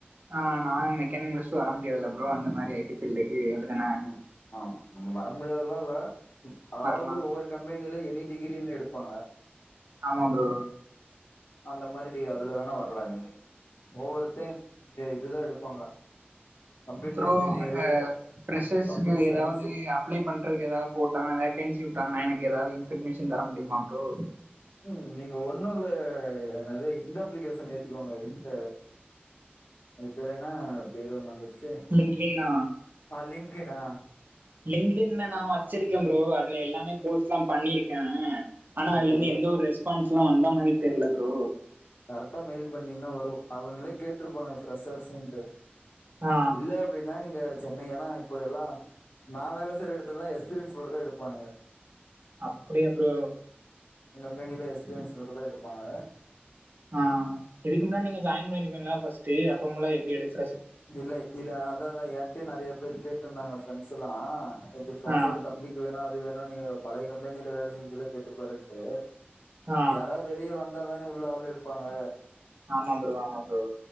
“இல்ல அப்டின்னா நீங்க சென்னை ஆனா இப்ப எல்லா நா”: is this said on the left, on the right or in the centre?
Left